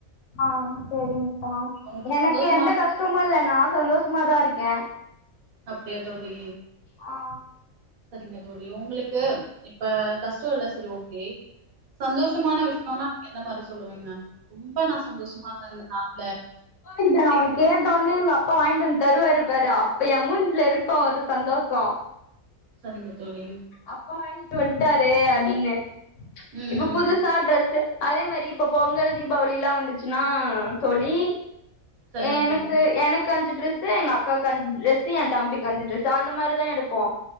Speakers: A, on the left; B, on the right.
A: ஆ சரிங்கா
B: உங்களுக்கு
A: எனக்கு
B: சந்தோஷமான
A: எந்த கஷ்டமு இல்ல நா சந்தோஷமாதா இருக்கே
B: அப்டியா தோழி
A: ஆ
B: செரிங்க தோழி உங்களுக்கு இப்ப கஷ்டோ இல்ல சரி ஓகே சந்தோஷமான வி எந்த மாரி சொல்லுவீங்க ரொம்ப நா சந்தோஷமா இருந்த இந்த நாள்ல
A: கிட்ட
B: அப்டி
A: நான் உனக்கு கேட்டோனே எங்க அப்பா வாங்கிட்டு வந்து தருவாரு பாரு அப்ப எ மூஞ்சில இருக்கு ஒரு சந்தோஷோ
B: செரிங்க தோழி
A: அப்பா வாங்கிட்டு வன்ட்டாரு அப்டின்னு
B: ம்
A: இப்ப புதுசா ட்ரெஸ்ஸு அதே மாரி இப்ப பொங்கல் தீபாவளில்லா வந்துச்சுன்னா தோழி
B: சரிங்க
A: எனக்கு
B: தோழி
A: எனக் க்கு அஞ்சு டிரஸ்ஸு எங்க அக்கா அஞ்சு டிரஸ்ஸு ஏ தம்பிக்கு அஞ்ச டிரஸ்ஸு அந்த மாரிதா எடுப்போ